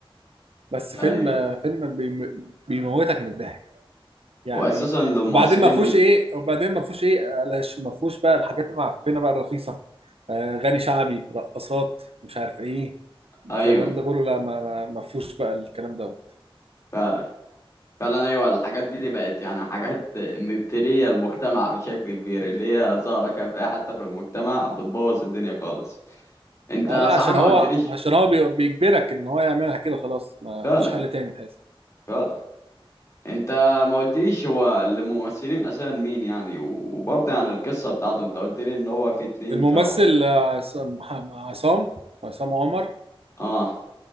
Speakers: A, on the right (about 85°); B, on the left (about 35°).
A: بس
B: ايوه
A: فيلم آه، فيلم بيم- بيموتك من الضحك يعني
B: واساسا للمؤثرين
A: وبعدين ما فيهوش
B: مين
A: ايه وبعدين ما فيهوش ايه علاش ما فيهوش بقى الحاجات المعفنه بقى الرخيصه آه غني شعبي رقصات مش عارف ايه الكلام
B: ايوه
A: ده كله لا ما ما ما فيهوش بقى الكلام ده
B: فعلا فعلا ايوه الحاجات دي, دي بقت يعني حاجات مبتليه المجتمع بشكل كبير اللي هي ظاهره كان في أي حته في المجتمع بتبوظ الدنيا خالص انت
A: اه
B: صح
A: لا عشان
B: ما
A: هو
B: قلتليش
A: عشان هو بي- بيجبرك ان هو يعملها كده خلاص ما
B: فعلا
A: فيش حل تاني تحس
B: فعلا انت ما قلتليش هو الممثلين اساسا مين يعني وبرضه يعني القصه بتاعته انت قلت لي ان هو في اتنين
A: الممثل
B: كانوا
A: آه، عصام عصام عصام عمر
B: اه